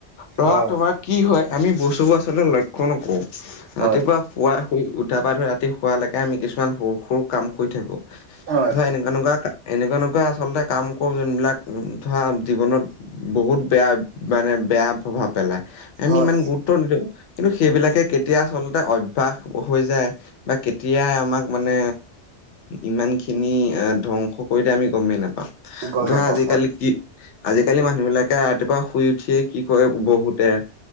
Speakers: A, on the left; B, on the right.
A: ধৰা
B: হয়
A: তোমাৰ কি হয় আমি বস্তুবোৰ আচলতে লক্ষ্য নকৰোঁ
B: হয়
A: ৰাতিপুৱা। পুৱা শুই উঠা পৰা ধৰি ৰাতি শোৱালৈকে আমি কিছুমান সৰু সৰু কাম কৰি থাকোঁ
B: হয়
A: ধৰা এনে তেনেকুৱা এনেকুৱা, এনেকুৱা আচলতে কাম কৰো যোনবিলাক ধৰা জীৱনত। বহুত বেয়া মানে বেয়া প্ৰভাৱ পেলাই আমি
B: হয়
A: ইমান গুৰুত্ব নিদিওঁ। কিন্তু সেইবিলাকে কেতিয়া আচলতে অভ্যাস হৈ যায়। বা কেতিয়া আমাক মানে ইমান খিনি এ ধ্বংস। কৰি দিয়ে আমি গমেই নাপাওঁ
B: গম
A: ধৰা
B: নাপাওঁ
A: আজিকালি
B: হয়
A: কি। আজিকালি মানুহ বিলাকে ৰাতিপুৱা শুই উঠিয়ে কি কৰে বহুতে।